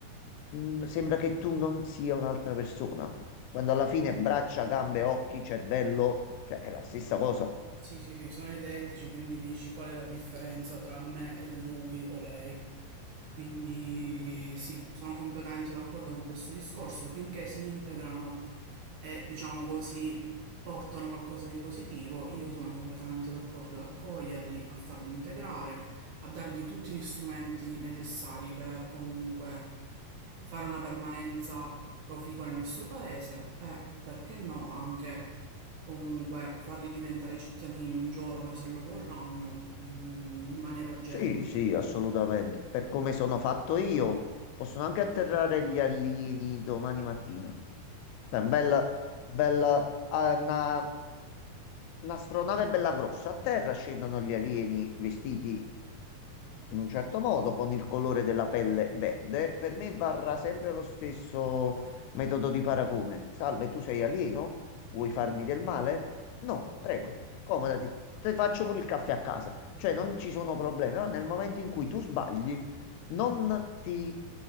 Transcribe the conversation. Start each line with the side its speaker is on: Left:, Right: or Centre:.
Left: mh, sembra che tu non sia un'altra persona. Quando alla fine braccia, gambe, occhi, cervello, cioè è la stessa cosa.
Right: Sì, sì, sì, sono identici, quindi dici qual è la differenza tra me e lui o lei. Quindi sì, sono completamente d'accordo con questo discorso, finché si integrano e diciamo così portano qualcosa di positivo, io sono completamente d'accordo ad accoglierli, a farli integrare, a dargli tutti gli strumenti necessari per comunque fare una permanenza proficua nel nostro paese e, perché no, anche comunque farli diventare cittadini un giorno, se lo vorranno, mh, in maniera agevole.
Left: Sì, sì, assolutamente. Per come sono fatto io, possono anche atterrare gli alieni domani mattina. Cioè, bella, bella, ah, una, un'astronave bella grossa. A terra scendono gli alieni vestiti in un certo modo, con il colore della pelle verde, per me varrà sempre lo stesso metodo di paragone. Salve, tu sei alieno? Vuoi farmi del male? No, prego, accomodati. Ti faccio pure il caffè a casa. Cioè, non ci sono problemi, però nel momento in cui tu sbagli, non ti